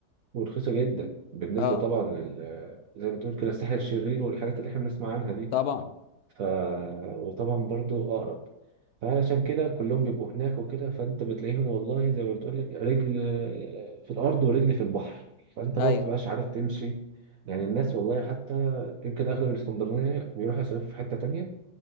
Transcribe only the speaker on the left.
اه
طبعا
ايوه